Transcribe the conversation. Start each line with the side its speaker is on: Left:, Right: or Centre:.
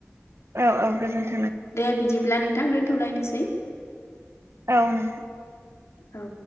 Right: औ औ गोजोनथो
Left: दे बिदिब्ला नोंथां दोनथ'लायनोसै
Right: औ नोंथां
Left: औ